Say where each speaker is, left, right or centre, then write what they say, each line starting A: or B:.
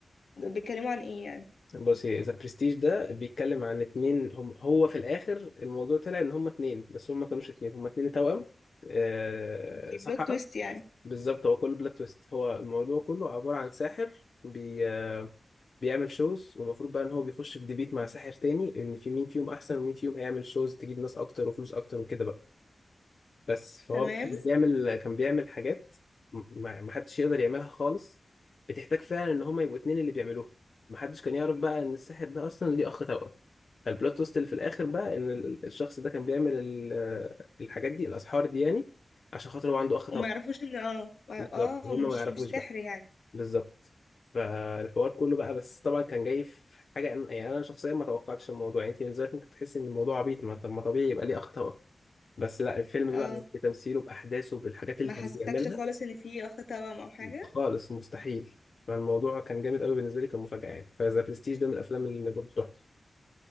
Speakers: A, on the left; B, on the left.
A: ده بيتكلموا عن ايه يعني
B: بص ذا برستيج ده بيتكلم عن اتنين هم هو في الاخر الموضوع طلع ان هم اتنين بس هم ما كانوش اتنين هم اتنين توأم آه،
A: دي
B: سحرة
A: بلوت تويست يعني
B: بالظبط هو كله بلوت تويست هو الموضوع كله عبارة عن ساحر بي بيعمل شوز والمفروض بقى ان هو بيخش في ديبيت مع ساحر تاني ان في مين فيهم احسن ومين فيهم هيعمل شوز تجيب ناس اكتر وفلوس اكتر وكده بقى بس فهو
A: تمام
B: بقى كان بيعمل كان بيعمل حاجات ما ما حدش يقدر يعملها خالص بتحتاج فعلا ان هما يبقوا اتنين اللي بيعملوها ما حدش كان يعرف بقى ان الساحر ده اصلا ليه اخ توأم فالبلوت تويست اللي في الاخر بقى ان ال- الشخص ده كان بيعمل ال- الحاجات دي الاسحار دي يعني عشان خاطر هو عنده اخ
A: وما
B: توأم
A: يعرفوش ان اه
B: بالظبط
A: اه
B: وهم
A: مش
B: ما يعرفوش
A: مش سحر يعني
B: بالظبط فالحوار كله بقى بس طبعا كان جاي في حاجه أنا- يعني انا شخصيا ما توقعتش الموضوع يعني انت من ذلك ممكن تحس ان الموضوع عبيط ما طب ما طبيعي يبقى ليه اخ توأم بس لا الفيلم
A: اه
B: بقى بتمثيله باحداثه بالحاجات اللي
A: ما
B: كان
A: حسسكش
B: بيعملها
A: خالص ان في اخ توأم او حاجه
B: خالص مستحيل فالموضوع كان جامد قوي بالنسبه لي كان مفاجاه يعني فذا برستيج ده من الافلام اللي برضه تحفه